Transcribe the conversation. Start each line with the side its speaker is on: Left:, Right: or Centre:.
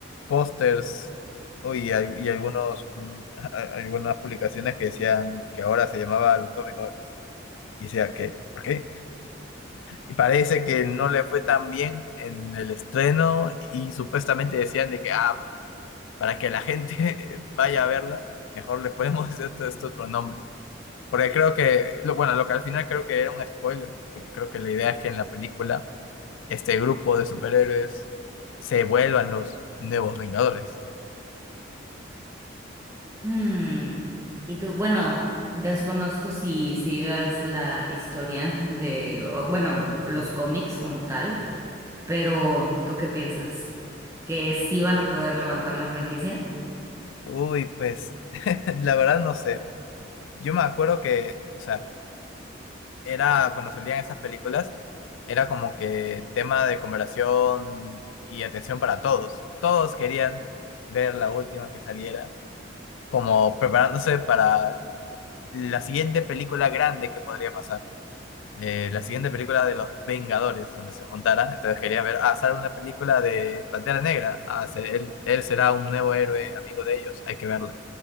Left: pósters oh, y, al- y algunos, mm, a- a- algunas publicaciones que decían que ahora se llamaba Los Dos Vengadores. Y decía, ¿qué? ¿Por qué? Y parece que no le fue tan bien en el estreno y supuestamente decían de que, ah, para que la gente <laughs> vaya a verla, mejor le podemos <laughs> hacer este otro nombre. Porque creo que, lo- bueno, lo que al final creo que era un spoiler, porque creo que la idea es que en la película este grupo de superhéroes se vuelvan los nuevos Vengadores.
Right: Hmm. Y tú, bueno, desconozco si sigas la historia de, o, bueno, los cómics como tal. Pero, ¿tú qué piensas? ¿Que sí van a poder levantar la franquicia?
Left: Uy, pues <laughs> la verdad no sé. Yo me acuerdo que, o sea, era cuando salían esas películas, era como que tema de conversación y atención para todos. Todos querían ver la última que saliera, como preparándose para la siguiente película grande que podría pasar. eh, la siguiente película de los Vengadores, donde se juntara. Entonces quería ver, ah, sale una película de Pantera Negra. Ah, se- él, él será un nuevo héroe, amigo de ellos, hay que verla.